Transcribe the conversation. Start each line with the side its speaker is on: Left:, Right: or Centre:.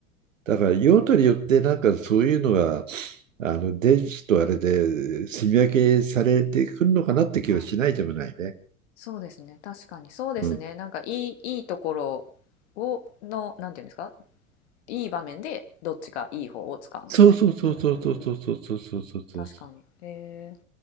Right: だから用途によってなんかそういうのがあの電子とあれで積み分けされてくるのかなって気はしないでもないね。
Left: はい。そうですね。確かにそうですね。
Right: うん、
Left: なんかいい、いいところを、の、なんていうんですかいい場面でどっちがいい方を使うみたいな。
Right: そうそうそうそうそうそうそうそうそうそうそう。
Left: うんうんうん。確かに。えー、